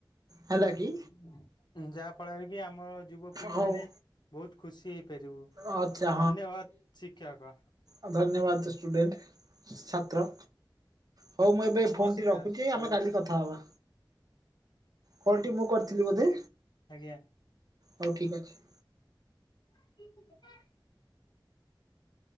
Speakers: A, on the right; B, on the left.
A: ହେଲା କି?
B: ହୁଁ ଯାହା ଫଳରେ କି ଆମର ଯୁବପିଢି
A: ହଉ
B: ମାନେ ବୋହୁତ ଖୁସି ହେଇପାରିବୁ
A: ଆଚ୍ଛା
B: ଧନ୍ୟବାଦ ଶିକ୍ଷକ।
A: ଅ ଧନ୍ୟବାଦ ଷ୍ଟୁଡେଣ୍ଟ ଛାତ୍ର। ହୋଉ ମୁଁ ଏବେ
B: ନମସ୍କାର
A: ଫୋନଟି ରଖୁଚି ଏଇ ଆମେ
B: ରହୁଛି।
A: କାଲି କଥାହବା। କଲଟି ମୁଁ କରିଥିଲି ବୋଧେ?
B: ଆଜ୍ଞା।
A: ହୋଉ ଠିକ୍ ଅଛି।
B: <inaudible>